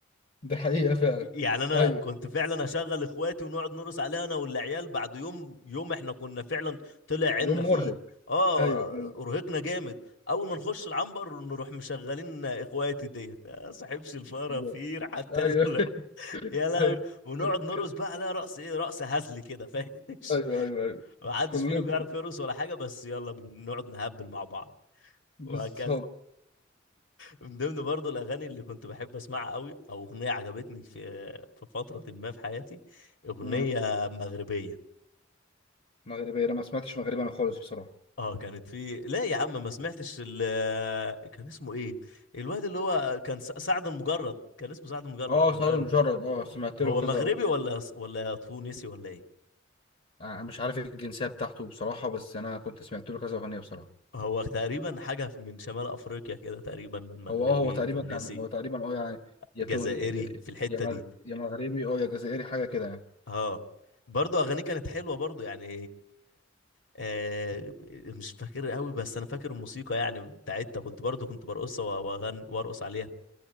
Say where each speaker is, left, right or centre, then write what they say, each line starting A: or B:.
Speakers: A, on the left; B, on the left.
A: ده حقيقة فعلا
B: يعني انا
A: ايوه
B: كنت فعلا اشغل اخواتي ونقعد نرقص عليها انا والعيال بعد يوم يوم احنا كنا فعلا طلع عنا
A: يوم
B: فيه
A: مرهق
B: اه
A: ايوه ايوه
B: ارهقنا جامد اول ما نخش العنبر نروح مشغلين اخواتي ديت يا صاحبش الفرافير
A: بالظبط
B: حتى
A: ايوه
B: لا <laughs>
A: <laughs>
B: يا لهوي
A: ايوه
B: ونقعد نرقص
A: كان-
B: بقى عليها رقص ايه رقص هزلي كده فاهم <laughs>
A: ايوه ايوه ايوه
B: ما حدش
A: كلكم
B: فينا بيعرف يرقص ولا حاجه بس يلا بنقعد نهبل مع بعض
A: بالظبط
B: وهكذا من ضمن برضه الاغاني اللي كنت بحب اسمعها قوي او اغنيه عجبتني في في فتره ما في حياتي اغنيه
A: امم
B: مغربيه
A: مغربية انا ما سمعتش مغربي انا خالص بصراحة
B: اه كانت في لا يا عم ما سمعتش ال... كان اسمه ايه الواد اللي هو كان س- سعد المجرد كان اسمه سعد المجرد
A: اه
B: مجرد
A: سعد المجرد اه سمعت
B: هو
A: له كذا
B: مغربي ولا ولا تونسي ولا ايه
A: أنا مش عارف الجنسية بتاعته بصراحة بس أنا كنت سمعت له كذا أغنية بصراحة
B: هو تقريبا حاجه من شمال افريقيا كده تقريبا مغربي
A: هو اه هو تقريبا
B: تونسي
A: كان هو تقريبا اه يعني يا
B: جزائري
A: تو- يا
B: في الحته
A: يا مغ-
B: دي
A: يا مغربي اه يا جزائري حاجة كده يعني
B: اه برضو اغانيه كانت حلوه برضو يعني آه مش فاكر قوي بس انا فاكر الموسيقى يعني بتاعتها كنت برضو كنت برقصها وأ- واغن وارقص عليها